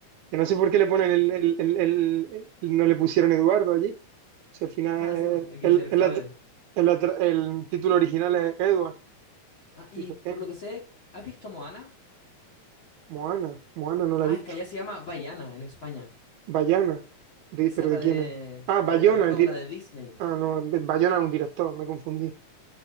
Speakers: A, on the right; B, on the left.
A: Que no sé por qué le ponen el, el- el- el- el- no le pusieron Eduardo allí. Si al final
B: Ah, sí, po, aquí
A: el,
B: es el
A: el,
B: joven.
A: at- el atra- el título original es Edward.
B: Ah, y
A: Dice,
B: por
A: eh,
B: lo que sé, ¿has visto Moana?
A: Moana, Moana no la
B: Ah,
A: he
B: es
A: visto.
B: que allá se llama Vaiana en España.
A: Bayana, De-
B: Esa
A: ¿pero
B: es la
A: de
B: de
A: quién es? Ah,
B: la
A: Bayona,
B: de La Roca,
A: el
B: una
A: dir-
B: de Disney.
A: Ah, no, Bayona es un director, me confundí.